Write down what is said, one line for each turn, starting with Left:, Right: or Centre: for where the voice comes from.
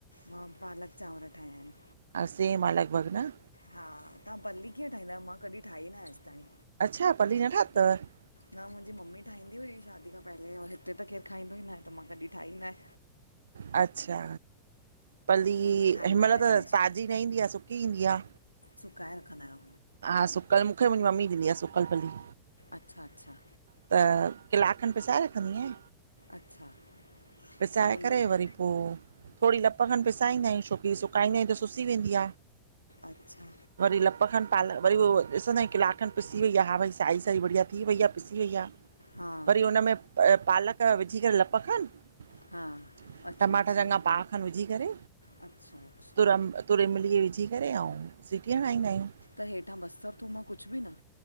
Left: मां पालक चांवर ठाया इनि।
Right: हा सेम आ लॻभॻ न?
Left: हा, तां पली कीअं ठाहींदायो मां कॾीं ठाई नाए अॼ ताणी।
Right: अच्छा पली न ठातव
Left: न मुंहिंजी मम्मी ठाहींदी हुई शादी खां पहिले वरी हिते त केरु खाईंदो ई नाहे त मां कॾीं ठाई ई नाहे।
Right: अच्छा, पली
Left: मम्मी ठाहींदा
Right: हिन महिल
Left: हुया
Right: त
Left: मुंहिंजी
Right: ताज़ी न ईंदी आ, सुकी ईंदी आ।
Left: सुकाए रखंदायो?
Right: हा, सुकल मूंखे मुंहिंजी मम्मी ॾिंदी आ सुकल पली।
Left: अच्छा -अच्छा।
Right: त किलाक खनि पिसाए रखंदीयां
Left: अच्छा
Right: पिसाए
Left: पोइ हुन
Right: करे
Left: में
Right: वरी पो थोड़ी लप खनि पिसाईंदायूं, छोकी सुकाईंदायूं त सुसी वेंदी।
Left: अच्छा।
Right: वरी लप खनि पाल वरी उहो ॾिसंंदायूं किलाक खन पिसी वई आ, हा भई साई साई बढ़िया थी वई आ, पिसी वई आ
Left: हा
Right: वरी हुन में पालक विझी करे लप खनि
Left: हा अच्छा
Right: टमाटा
Left: अच्छा
Right: चङा पाव खन विझी करे,
Left: अच्छा अच्छा
Right: तुरम तुर इमिली ई विझी करे अउं सिटी हणाईंदायूं।
Left: त हेठां बसर, थूम कुछ बि न?